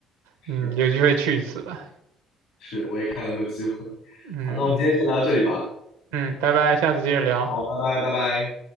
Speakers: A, on the left (about 80°); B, on the right (about 85°).
A: 是这样。
B: 嗯，有机会去一次吧，
A: 是，我也看有没有机会。
B: 嗯。
A: 好，那我们今天先聊到这里吧。
B: 嗯，拜拜，下次接着聊。
A: 好，拜拜，拜拜。